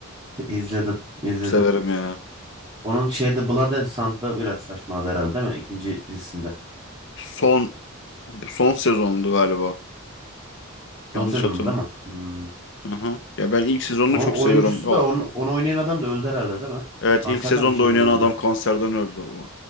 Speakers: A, on the right; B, on the left.
A: <laughs> İzledim, izledim.
B: Çok severim ya.
A: Onun şeyde Blood and Sand'da biraz saçmaladı herhalde değil mi? İkinci dizisinde.
B: Son son sezondu galiba.
A: Son
B: Yanlış
A: sezonda
B: hatırlam.
A: değil mi? Hmm.
B: Aha. Ya ben ilk sezonunu
A: O
B: çok seviyorum.
A: oyuncusu
B: O-
A: da onu,
B: o-
A: onu oynayan adam da öldü herhalde değil mi?
B: Evet
A: Kanserden
B: ilk sezonda
A: bir şeyden
B: oynayan
A: öldü.
B: adam kanserden öldü. O-